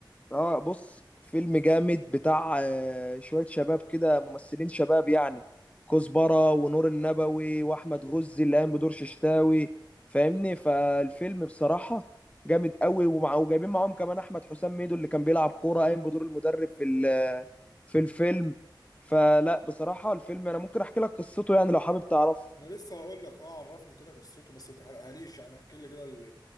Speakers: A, on the left (about 15°); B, on the left (about 50°).
A: اه بص فيلم جامد بتاع آه، شوية شباب كده ممثلين شباب يعني كزبرة ونور النبوي واحمد غزي اللي قام بدور ششتاوي فاهمني فالفيلم بصراحة جامد قوي ومع وجايبين معاهم كمان احمد حسام ميدو اللي كان بيلعب كورة قايم بدور المدرب في ال- في الفيلم فلا بصراحة الفيلم انا ممكن احكي لك قصته يعني لو حابب تعرفه
B: انا لسه هقول لك اه عرفني كده قصته بس ما تحرقهاليش يعني احكي لي كده ال-